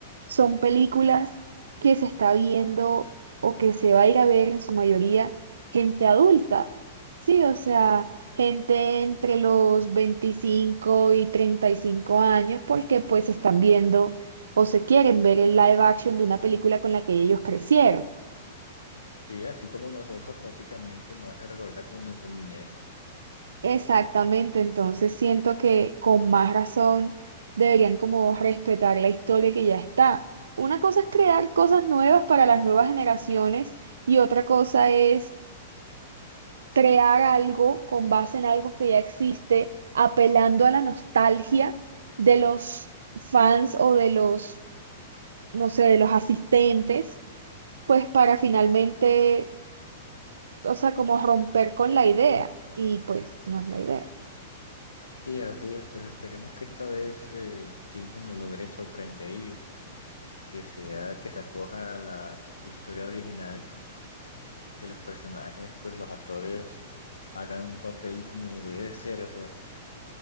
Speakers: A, on the right; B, on the left.
A: son películas que se está viendo o que se va a ir a ver en su mayoría gente adulta. Sí, o sea, gente entre los 25 y 35 años porque pues están viendo o se quieren ver el live action de una película con la que ellos crecieron.
B: Sí, así como nosotros prácticamente nos hace recordar como nuestra niñez.
A: Exactamente, entonces siento que con más razón deberían como respetar la historia que ya está. Una cosa es crear cosas nuevas para las nuevas generaciones y otra cosa es crear algo con base en algo que ya existe, apelando a la nostalgia de los fans o de los, no sé, de los asistentes, pues para finalmente, o sea, como romper con la idea y pues no es la idea.
B: Sí, así es, pues esperemos que esta vez eh, Disney nos logre sorprender y que sea, que se acoja a la historia original, que los personajes, pues los actores hagan un papel como debe ser, o sea,